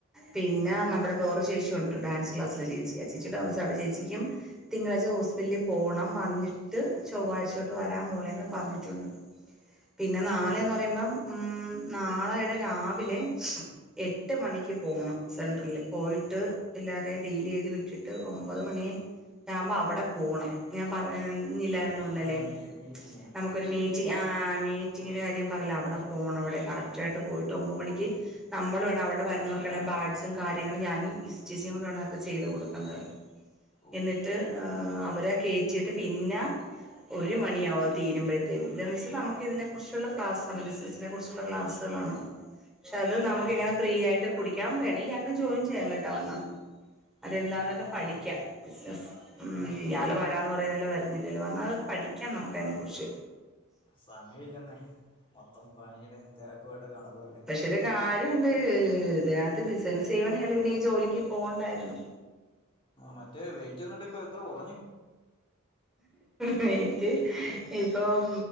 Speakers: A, in the centre; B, on the left.
A: പിന്നെ നമ്മുടെ വേറൊരു ചേച്ചിയുണ്ട് ഡാൻസ് ക്ലാസ്സിലെ ചേച്ചി ആ ചേച്ചിയോട് <unintelligible> അപ്പൊ ചേച്ചിക്കും തിങ്കളാഴ്ച ഹോസ്പിറ്റല് പോണം വന്നിട്ട് ചൊവ്വാഴ്ച തൊട്ട് വരാം മോളേന്ന് പറഞ്ഞിട്ടുണ്ട്. പിന്നെ
B: ഉം,
A: നാളേന്ന്
B: ഉം, ഇപ്പം
A: പറയുമ്പം ഉം നാളെയുടെ രാവിലെ. എട്ട് മണിക്ക് പോണം സെൻട്രല് പോയിട്ട് എല്ലാരെയും ഡീലെയ്ത് വിട്ടിട്ട് ഒമ്പത് മണി. യാമ്പം അവടെ പോണം ഞാൻ പറഞ്ഞില്ലാ ന്നു ന്നലെ
B: ഇത് മീറ്റി മീറ്റിങ്ങാ
A: നമുക്കൊരു മീറ്റ് ആ മീറ്റിങ്ങിന്റെ
B: ഓ
A: കാര്യം
B: ശ്
A: പറഞ്ഞ്‌ലേ അവടെ പോണം അവടെ കറക്റ്റായിട്ട് പോയിട്ട് ഒമ്പ മണിക്ക് നമ്മള് വേണം അവടെ വരുന്നോർക്കെല്ലാം ബാഡ്ജും കാര്യങ്ങളും ഞാനും ലിസി ചേച്ചിം കൂടെ വേണം അതൊക്കെ ചെയ്ത് കൊടുക്കണ്ടത്
B: ഓ
A: എന്നിട്ട് അവരെ കേറ്റിട്ട് പിന്നാ ഒരു മണിയാവും അത് തീരുമ്പഴ്ത്തേന് ഇതെന്ന് വെച്ച് നമുക്ക് ഇതിനെ കുറിച്ചുള്ള ക്ലാസ്സാണ് ബിസിനസിനെ കുറിച്ച് ള്ള ക്ലാസുകളാണ് പക്ഷെ അത് നമുക്ക്
B: കൊള്ളാം
A: ഇങ്ങനെ ഫ്രീ ആയിട്ട് കുടിക്കാ വേണേ ആർക്കും ജോയിൻ ചെയ്യാൻ കേട്ടോ വന്നാ അതെന്താന്നൊക്കെ
B: ഉം, നോക്കട്ടെ
A: പഠിക്കാ ബിസിനസ്സ് ഉം
B: ആ
A: ഇയാള്
B: ആ
A: വരാന്ന് പറഞ്ഞാല് വരുന്നില്ലല്ലോ വന്നാ അത് പഠിക്കാം നമുക്കയ്നെക്കുറിച്ച്
B: സമയില്ലെന്നേ മൊത്തം പണിയുടെ തിരക്കുവായിട്ട് നടക്കു
A: ക്ഷേ ഒരു കാര്യണ്ട് ഇതിനകത്ത് ബിസിനസ്സ് ചെയ്യുവാണെങ്കി ഇയാള് പിന്നെ ഈ ജോലിക്ക് പോണ്ടായിരുന്നു.
B: മറ്റേ വെറ്റ്ന്നിട്ട് ഇപ്പം എത്ര കൊറഞ്ഞ്‌
A: വെയ്‌റ്റ് ഇപ്പം